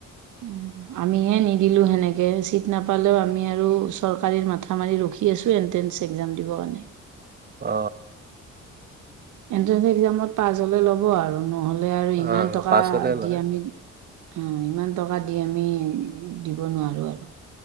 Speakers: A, on the right (about 80°); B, on the right (about 30°).
A: উম আমিহে নিদিলোঁ সেনেকৈ চিট নাপালেও আমি আৰু চৰকাৰী মাথা মাৰি ৰখি আছোঁ হেনতেন এক্সাম দিব কাৰণে
B: অ
A: এন্ট্ৰেন্ঞ্চ এক্সাম পাছ হলে ল'ব আৰু নহ'লে আৰু ইমান
B: অ'
A: টকা
B: পাছ হ'লে লয়
A: দি আমি অ ইমান টকা দি আমি দিব নোৱাৰো আৰু